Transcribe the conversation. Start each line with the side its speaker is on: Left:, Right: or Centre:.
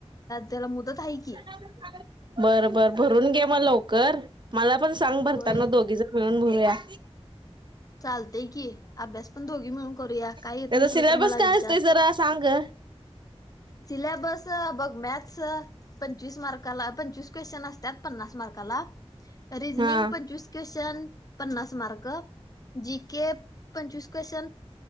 Left: त्याला मुदत आहे की
Right: बर बर बर! भरून घे मग लवकर, मला पण सांग भरताना,
Left: होय
Right: दोघी जण मिळून भरूया.
Left: चालतेय की अभ्यास पण दोघी मिळून करूया, काय
Right: त्याचा
Left: येत नसल
Right: सिलेबस
Left: तर मला
Right: काय
Left: विचार.
Right: असतोय जरा सांग ग.
Left: सिलेबस बघ मॅथस पंचवीस मार्क क्लासला पंचवीस क्वेशन असतात पन्नास मार्क्सला तरी रिजनींग
Right: हा
Left: पंचवीस क्वेश्न पन्नास मार्क जी के पंचवीस क्वेशन,